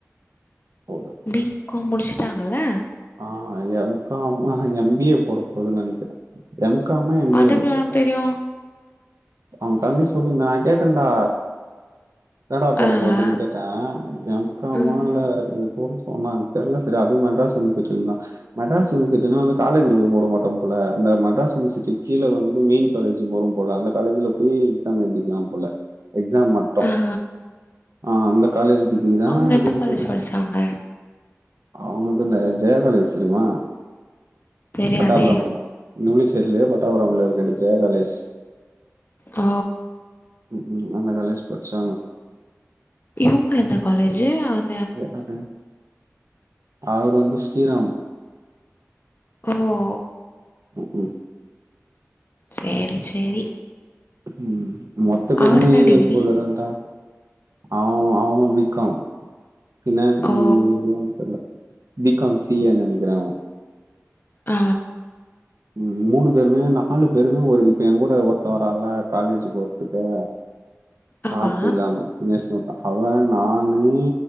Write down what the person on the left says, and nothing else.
பி காம் முடிச்சிட்டாங்கல்ல
அது
எப்டி
உனக்கு தெரியு
ஆ
ஆ
ம்
ஆ
அவங்க
எந்த காலேஜ்
படிச்சாங்க
தெரியாதே
ஆ
இவுங்க எந்த காலேஜு அந்
ஓ
சேரி சேரி
அவர் என்ன
டிகிரி
ஓ
ஆ
ஆமா